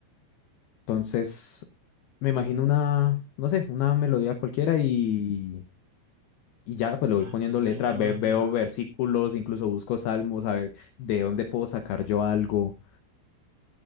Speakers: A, on the left (about 75°); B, on the right (about 45°).
A: Entonces, me imagino una, no sé, una melodía cualquiera y, y ya
B: Y
A: pues
B: por
A: le voy
B: ahí,
A: poniendo
B: por ahí
A: letra,
B: te vas
A: ve- veo
B: guiando,
A: versículos, incluso busco salmos, a ver de dónde puedo sacar yo algo